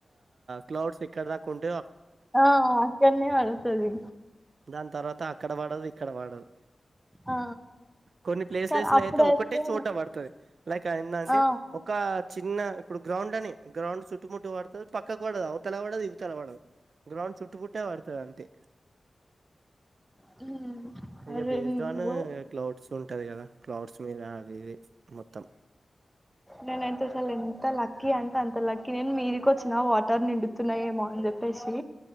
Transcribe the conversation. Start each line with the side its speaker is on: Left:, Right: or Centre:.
Right: క్లౌడ్స్ ఇక్కడ దాకా ఉంటే
Centre: ఆ అక్కడనేే వారసది
Right: దాని తర్వాత అక్కడ పడది ఇక్కడ పడదు
Centre: ఆ
Right: కొన్ని ప్లేసెస్
Centre: కానీ
Right: లో
Centre: అప్పుడైతే
Right: అయితే ఒక్కటే చోట పడతది లైక్ ఏందంటే
Centre: ఆ
Right: ఒక చిన్న ఇప్పుడు గ్రౌండ్ అని గ్రౌండ్ చుట్టుముట్టు పడుతది. పక్కకు పడదు అవతల పడదు ఇవతల పడదు. గ్రౌండ్ చుట్టుముట్టే పడుతది అంతే
Centre: హమ్
Right: ఇగ
Centre: అదే
Right: బేస్డ్
Centre: హమ్
Right: ఆన్
Centre: ఓ
Right: క్లౌడ్స్ ఉంటది కదా క్లౌడ్స్ మీద అది ఇది మొత్తం
Centre: నేనైతే అసలు ఎంత లక్కీ అంటే అంత లక్కీ నేను వీధికి వచ్చిన వాటర్ నిండుతున్నాయేమో అని చెప్పేసి